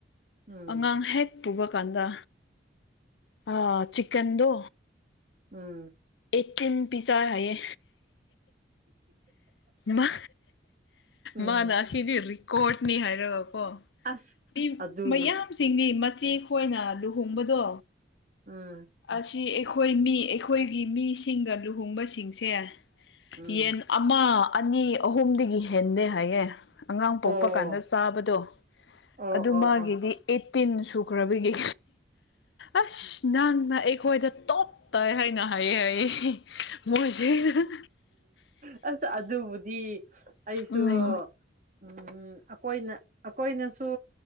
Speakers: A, on the right; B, on the left.
A: ꯎꯝ
B: ꯑꯉꯥꯡ ꯍꯦꯛ ꯄꯨꯕ ꯀꯥꯟꯗ ꯑꯥ ꯆꯤꯛꯒꯟꯗꯣ
A: ꯎꯝ
B: ꯑꯦ ꯇꯤꯟ ꯄꯤꯆꯩ ꯍꯥꯏꯌꯦ ꯃꯥ
A: ꯎꯝ ꯎꯝ
B: ꯃꯥꯅ ꯑꯁꯤꯗꯤ ꯔꯤꯀꯣꯔꯠꯅꯤ ꯍꯥꯏꯔꯒꯀꯣ
A: ꯑꯁ
B: ꯃꯤ
A: ꯑꯗꯨꯕꯨ
B: ꯃꯌꯥꯝ ꯁꯤꯡꯗꯤ ꯃꯆꯦ ꯈꯣꯏꯅ ꯂꯨꯍꯣꯡꯕꯗꯣ
A: ꯑꯝ
B: ꯑꯁꯤ ꯑꯩꯈꯣꯏ ꯃꯤ ꯑꯩꯈꯣꯏꯒꯤ ꯃꯤꯁꯤꯡꯒ ꯂꯨꯍꯣꯡꯕꯁꯤꯡꯁꯦ
A: ꯎꯝ
B: ꯌꯦꯟ ꯑꯃ ꯑꯅꯤ ꯑꯍꯨꯝꯗꯒꯤ ꯍꯦꯟꯗꯦ ꯍꯥꯏꯌꯦ ꯑꯉꯥꯡ ꯄꯣꯛꯄ
A: ꯑꯣ
B: ꯀꯥꯟꯗ ꯆꯥꯕꯗꯣ
A: ꯑꯣ
B: ꯑꯗꯨ
A: ꯑꯣ
B: ꯃꯥꯒꯤꯗꯤ
A: ꯑꯣ
B: ꯑꯩꯠꯇꯤꯟ ꯁꯨꯈ꯭ꯔꯕꯒꯤ ꯑꯁ ꯅꯪ ꯑꯩꯈꯣꯏꯗ ꯇꯣꯞ ꯇꯥꯏ ꯍꯥꯏꯅ ꯍꯥꯏꯌꯦ ꯍꯥꯢ ꯃꯣꯢ ꯆꯦꯅ
A: ꯑꯁ ꯑꯗꯨꯕꯨꯗꯤ ꯑꯩꯁꯨ
B: ꯎꯝ
A: ꯎꯝ ꯑꯩꯈꯣꯏꯅ ꯑꯩꯈꯣꯏꯅꯁꯨ